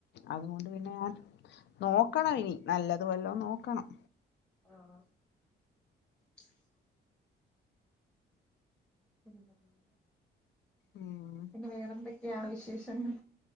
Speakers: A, on the left; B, in the centre.
A: അതുകൊണ്ട്പിന്നെഞാൻ നോക്കണംഇനി നല്ലത് വല്ലൊംനോക്കണം.
B: ആണോ? <unintelligible> <unintelligible>
A: ഉം
B: പിന്നെവേറെന്തൊക്കെയാണ് വിശേഷങ്ങൾ